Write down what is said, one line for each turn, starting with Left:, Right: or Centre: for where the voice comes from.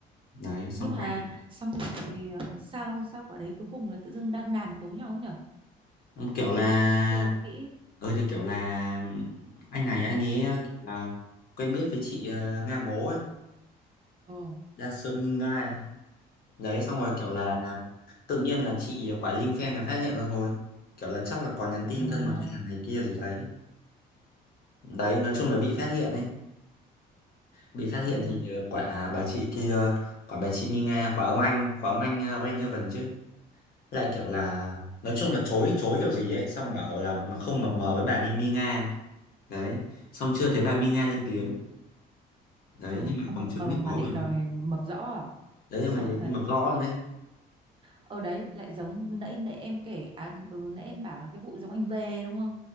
Left: đấy xong
Right: nhưng mà
Left: quay
Right: xong rồi ờ, sao sao quả đấy cuối cùng là tự dưng đăng đàn tố nhau ấy nhở
Left: Xong kiểu là
Right: chưa đọc kỹ
Left: ờ thì kiểu là anh này anh ấy kiểu là quen biết với chị ờ, Nga Ngố ấy
Right: ồ
Left: đang sơ minh ngai đấy xong rồi kiểu là tự nhiên là chị quả Linh phen này phát hiện ra thôi kiểu là chắc là có nhắn tin
Right: à
Left: thân mật hay là này kia gì đấy đấy nói chung là bị phát hiện ấy bị phát hiện
Right: rồi
Left: thì ờ, quả bà chị kia quả bà chị Minh Nga quả ông anh quả ông anh ờ, Ren Evan chứ lại kiểu là nói chung là chối chối kiểu gì ấy xong bảo là mà không mập mờ với bà nghi Mi Nga đấy xong chưa thấy bà Mi Nga lên tiếng đấy
Right: Ờ,
Left: nhưng mà
Right: không
Left: bằng
Right: mập
Left: chứng
Right: mờ
Left: thì
Right: mà
Left: có
Right: định
Left: rồi nhá
Right: đòi mập rõ à
Left: đấy là
Right: sợ
Left: mình
Right: thật
Left: nhưng mà rõ rồi đấy
Right: ở đấy lại giống nãy nãy em kể à, ừ, nãy em bảo cái vụ giống anh về đúng không